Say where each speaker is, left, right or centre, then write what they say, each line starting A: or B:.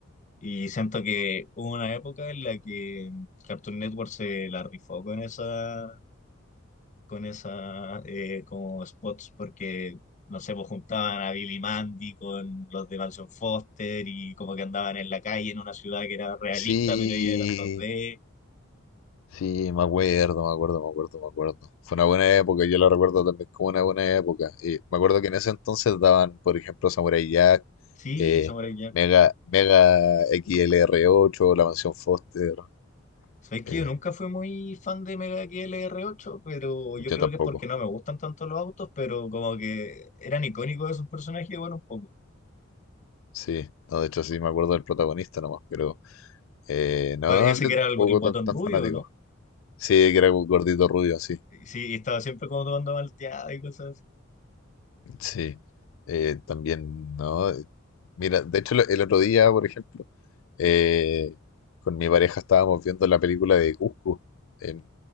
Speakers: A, on the left; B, on the left.
A: Y siento que hubo una época en la que Cartoon Network se la rifó con esa con esas eh, como spots porque, no sé, pues juntaban a Billy Mandy con los de Mansión Foster y como que andaban en la calle en una ciudad que era realista,
B: Sí,
A: pero ellos eran 2D.
B: sí, me acuerdo, me acuerdo, me acuerdo, me acuerdo. Fue una buena época, yo la recuerdo también como una buena época. Y me acuerdo que en ese entonces daban, por ejemplo, Samurai Jack,
A: Sí,
B: eh,
A: Samurai Jack.
B: Mega, Mega X L R ocho, La Mansión Foster.
A: Sabes que
B: eh,
A: yo nunca fui muy fan de Mega X L r 8 pero
B: yo
A: yo creo
B: tampoco,
A: que es porque no me gustan tanto los autos, pero como que eran icónicos esos personajes, bueno, un poco.
B: sí. No, de hecho, sí me acuerdo del protagonista nomás, pero eh, no,
A: Fue Ese
B: yo
A: que era
B: tampoco
A: el, el guatón
B: tan, tan
A: rubio,
B: fanático.
A: ¿no?
B: Sí, que era un gordito rubio, sí.
A: Y Sí, y estaba siempre como tomando malteada y cosas así.
B: Sí, eh, también, ¿no? Eh, Mira, de hecho, el otro día, por ejemplo, eh, con mi pareja estábamos viendo la película de Cusco en,